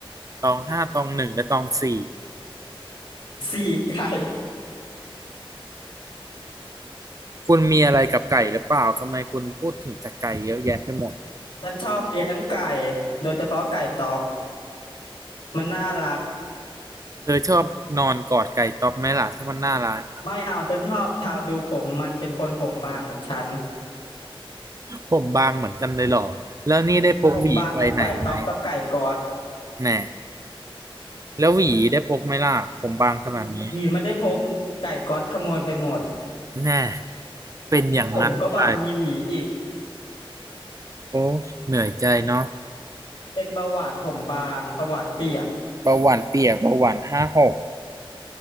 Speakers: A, on the right; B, on the left.
A: ตองห้าตองหนึ่งและตองสี่
B: สี่ไก่
A: คุณมีอะไรกับไก่หรือเปล่าทำไมคุณพูดถึงแต่ไก่เยอะแยะไปหมด
B: ฉันชอบเลี้ยงไก่โดยเฉพาะไก่ต๊อกมันน่ารัก
A: เธอชอบนอนกอดไก่ต๊อกไหมล่ะถ้ามันน่ารัก
B: ไม่เอาฉันชอบทาดูผมมันเป็นคนผมบางเหมือนฉัน
A: ผมบางเหมือนกันเลยเหรอแล้วนี่ได้พกหวีไปไหนไหม
B: ผมบางเหมือนไก่ต๊อกกับไก่กอด
A: แน่แล้วหวีได้พกไหมล่ะผมบางขนาดนี้
B: หวีไม่ได้พกไก่ก๊อดขโมยไปหมด
A: แน่เป็นอย่างนั้นไป
B: ผมก็บางมีหวีอีก
A: โอ้เหนื่อยใจเนาะ
B: เป็นเบาหวานผมบางเบาหวานเปียก
A: เบาหวานเปียกเบาหวานห้าหก